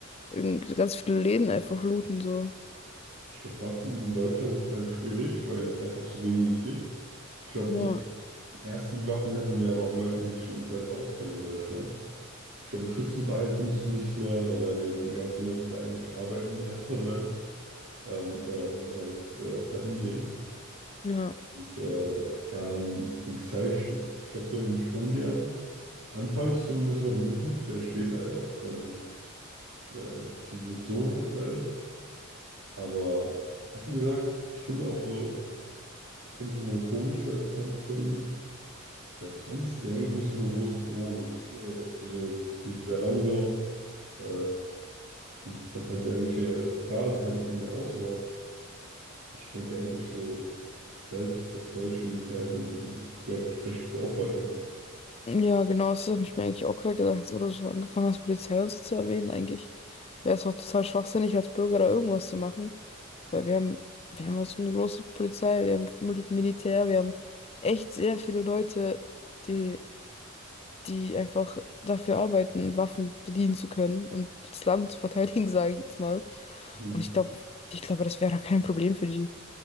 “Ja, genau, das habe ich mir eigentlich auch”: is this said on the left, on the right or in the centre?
Left